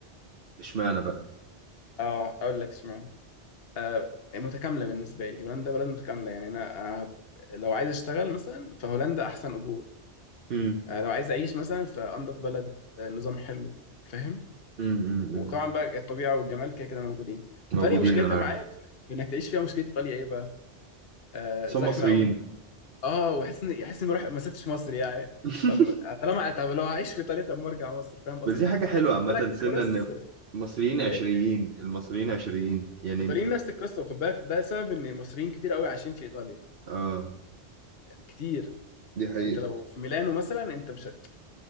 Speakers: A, on the right (about 60°); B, on the left (about 60°).
A: اشمعنى بقى
B: اه اقول لك اشمعنى آه متكامله بالنسبه لي هولندا بلد متكامله يعني انا آه لو عايز اشتغل مثلا فهولندا احسن اجور
A: امم
B: آه لو عايز اعيش مثلا فانضف بلد آه نظام حلو فاهم
A: امم
B: وطبعا
A: امم
B: بقى الطبيعه والجمال كده كده موجودين ايطاليا
A: موجودين
B: مشكلتها
A: انا
B: معايا
A: <laughs> عارف
B: في في انك تعيش فيها مشكله ايطاليا ايه بقى آه
A: بس
B: زحمه
A: هم مصريين
B: قوي اه وحاسس اني حاسس اني ما روح- ما سبتش مصر يعني
A: <laughs>
B: طب طالما طب لو هعيش في ايطاليا طب ما ارجع مصر فاهم قصدي
A: بس دي حاجة حلوة
B: وخد
A: عامة
B: بالك
A: سنة
B: فرص
A: ان مصريين عشريين
B: ايه
A: المصريين عشريين يعني
B: الايطاليين نفس القصه وخد بالك ده سبب ان مصريين كتير قوي عايشين في ايطاليا
A: اه
B: وكتير
A: دي حقيقة
B: يعني انت لو في ميلانو مثلا انت مش هت...